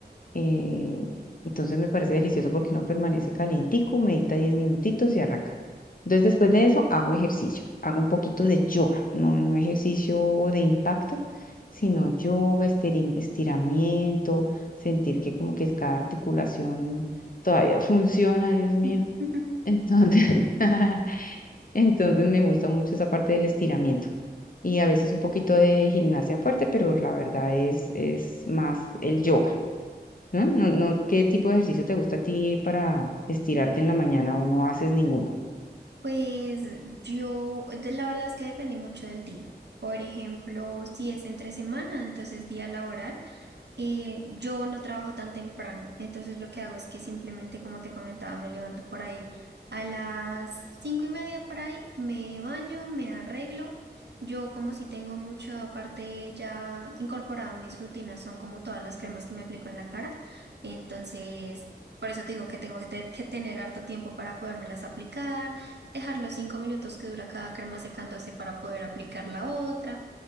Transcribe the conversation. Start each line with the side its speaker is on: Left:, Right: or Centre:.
Left: Eh, entonces me parece delicioso porque no permanece calientico, medita 10 minutitos y arranca. Entonces después de eso hago ejercicio, hago un poquito de yoga, no, no ejercicio de impacto, sino yoga, estiri- estiramiento, sentir que como que cada articulación todavía funciona, Dios mío.
Right: <laughs>
Left: Entonces, <laughs> entonces me gusta mucho esa parte del estiramiento y a veces un poquito de gimnasia fuerte, pero la verdad es, es más el yoga. ¿No? No, no, ¿qué tipo de ejercicio te gusta a ti para estirarte en la mañana o no haces ninguno?
Right: Pues yo, de- la verdad es que depende mucho del día. Por ejemplo, si es entre semana, entonces día laboral. Eh, yo no trabajo tan temprano, entonces lo que hago es que simplemente, como te comentaba, me levanto por ahí a las cinco y media por ahí, me baño, me arreglo. Yo como si tengo mucha parte ya incorporada a mis rutinas, son como todas las cremas que me aplico en la cara. Entonces, por eso te digo que tengo que, te- que tener harto tiempo para podérmelas aplicar, dejar los cinco minutos que dura cada crema secándose para poder aplicar la otra.